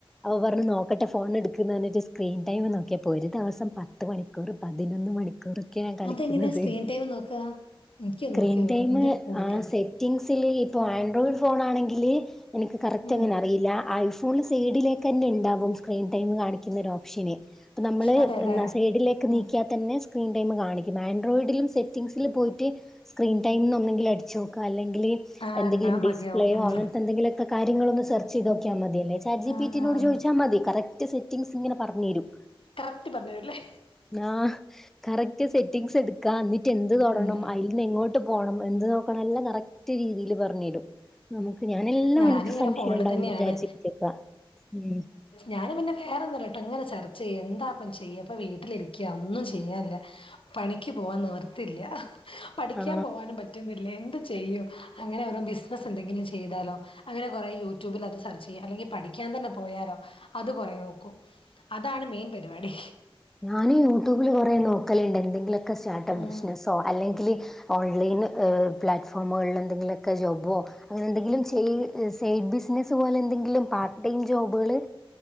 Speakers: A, in the centre; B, on the left.
A: അപ്പ പറഞ്ഞു നോക്കട്ടെ ഫോൺ എടുക്ക് നറഞ്ഞിട്ട് സ്ക്രീൻ ടൈം നോക്കിയപ്പ ഒരു ദിവസം പത്ത് മണിക്കൂർ പതിനൊന്ന് മണിക്കൂറൊക്കയാ കാണിക്കുന്നത്
B: അതെങ്ങനെയാ സ്ക്രീൻ ടൈം നോക്കുക എനിക്കൊന്ന്
A: സ്ക്രീൻ
B: നോക്കിയോക്കണം
A: ടൈം
B: എന്റെ കൂടുതലായിരിക്കും
A: ആഹ് സെ സെറ്റിഗ്സിൽ ഇപ്പൊ ആൻഡ്രോയിഡ് ഫോൺ ആണെങ്കില് എനിക്ക് കറക്റ്റ്ങ്ങനെ
B: ഉം
A: അറിയില്ല ഐ ഫുള് സീഡിലേക്കന്നെ ഇണ്ടാവും സ്ക്രീൻ ടൈം കാണിക്കുന്ന ഓപ്ഷന് അപ്പ നമ്മളെ
B: അതെല്ലേ
A: എന്ന സൈഡിലേക്ക്
B: ഉം
A: നീക്കി തന്നെ സ്ക്രീൻടൈം കാണിക്കും ആൻഡ്രോയിഡിലും സെറ്റിംഗങ്സിൽ പോയിട്ട് സ്ക്രീൻ ടൈംന്ന് ഒന്നെങ്കിൽ അടിച്ചോക്ക അല്ലെങ്കില്
B: ആഹ്
A: എന്തെങ്കിലും
B: ഉണ്ടാ മതിയാവും
A: ഡിസ്പ്ലേയോ
B: ഉം
A: അങ്ങനത്തെ എന്തെങ്കിലൊക്കെ കാര്യങ്ങള് ഒന്ന് സെർച്ച് ചെയ്ത് നോക്കിയമതിയല്ലെ ചാറ്റ്ജിപി
B: ആഹ്
A: റ്റീനോട്
B: ആഹ്
A: ചോയ്ച്ച മതി കറക്റ്റ് സെറ്റിംഗ്സ് ഇങ്ങനെ പറഞ്ഞരും
B: കറക്റ്റ് പറഞ്ഞരുല്ലേ
A: ആ കറക്റ്റ് സെറ്റിംഗ്സ് എട്ക്ക ന്നിട്ട് എന്ത് തൊടണം
B: ഉം.
A: ഇന്ന് എങ്ങോട്ട് പോണം എന്ത് നോക്കണം എല്ലാം കറക്റ്റ് രീതില് പർഞ്ഞരും നമുക്ക് ഞാനെല്ലാം
B: ഞാനിങ്ങനെ
A: എനിക്ക് സംശയം
B: ഫോണിൽ
A: ഇണ്ടാവുമ്പ
B: തന്നെയാണ്
A: ചാറ്റ്ജീപ്പി ച്ചോയ്ക്ക ഉം
B: ഞാനും പിന്നെ വേറൊന്നൂല്ലാട്ടോ ഇങ്ങനെ സെർച്ചെയ്യും എന്താപ്പം ചെയ്യ ഇപ്പ വീട്ടിലിരിക്ക ഒന്നും ചെയ്യാനില്ല പണിക്ക് പോവാൻ നിവർത്തില്ല പഠിക്കാൻ
A: ആ
B: പോവാനും പറ്റുന്നില്ല എന്ത് ചെയ്യും അങ്ങനെ ഓരോ ബിസ്നസ്സ് എന്തെങ്കിലും ചെയ്താലോ അങ്ങനെ കൊറേ യൂട്യൂബിൽ അത് സെർച്ചെയ്യും അല്ലെങ്കി പഠിക്കാൻ തന്നെ പോയാലോ അത് കൊറെ നോക്കും അതാണ് മെയിൻ പരിവാടി
A: ഞാനും യൂട്യൂബില് കൊറെ നോക്കലിണ്ട് എന്തെങ്കിലൊക്കെ സ്റ്റാർട്ടഅപ്പ്
B: ഉം
A: ബിസ്നസ്സോ അല്ലെങ്കില് ഓൺലൈന്ന് പ്ലാറ്റ്ഫോമുകൾല് എന്തെങ്കിലൊക്കെ ജോബോ അങ്ങനെ എന്തെങ്കിലും ചെയ്
B: ഉം
A: സൈഡ് ബിസ്നസ് പോലെ എന്തെങ്കിലും പാർട്ട് ടൈം ജോബുകള്